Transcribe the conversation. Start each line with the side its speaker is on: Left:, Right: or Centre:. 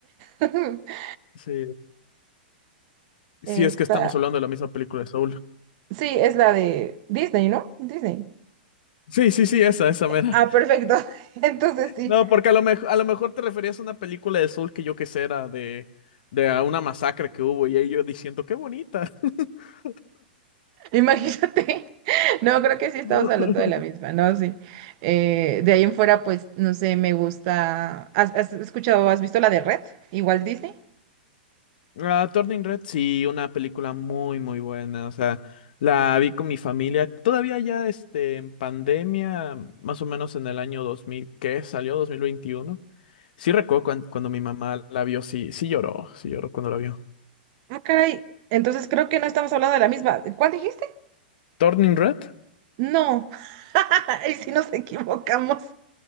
Right: <laughs>
Left: Sí, sí
Right: Esta,
Left: es que estamos hablando de la misma película de Soul.
Right: sí, es la de Disney, ¿no? Disney.
Left: Sí, sí, sí, esa, esa mera.
Right: Ah, perfecto, <laughs> entonces sí,
Left: No, porque a lo mejor, a lo mejor te referías a una película de Soul que yo que sé era de, de a una masacre que hubo y ellos diciendo, qué bonita. <laughs>
Right: imagínate. <laughs> No, creo que sí estamos
Left: No.
Right: hablando de la misma, ¿no? Sí. Eh, de ahí en fuera, pues, no sé, me gusta. ¿Has, has escuchado, has visto la de Red? Igual Disney.
Left: Ah, Turning Red, sí, una película muy, muy buena. O sea, la vi con mi familia. Todavía ya este, en pandemia, más o menos en el año dos mil ¿qué salió? dos mil veintiuno. Sí recuerdo cuan- cuando, mi mamá la vio, sí, sí lloró, sí lloró cuando la vio.
Right: Ah, caray. Entonces creo que no estamos hablando de la misma. ¿Cuál dijiste?
Left: Turning Red,
Right: No, <laughs> y si nos equivocamos.